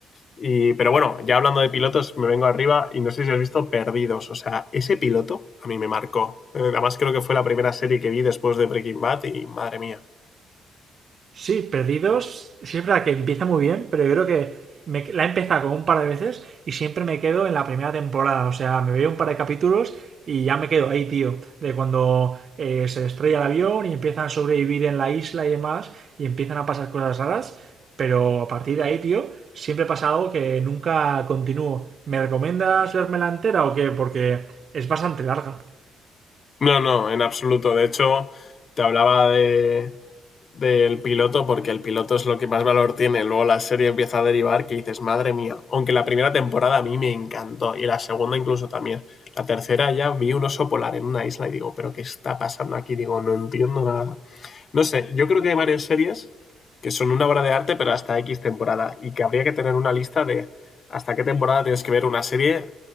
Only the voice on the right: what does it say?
Sí, Perdidos, sí es verdad que empieza muy bien, pero yo creo que me- la he empezado como un par de veces y siempre me quedo en la primera temporada. O sea, me veo un par de capítulos y ya me quedo ahí, tío. De cuando eh, se estrella el avión y empiezan a sobrevivir en la isla y demás y empiezan a pasar cosas raras. Pero a partir de ahí, tío, siempre pasa algo que nunca continúo. ¿Me recomiendas verme la entera o qué? Porque es bastante larga.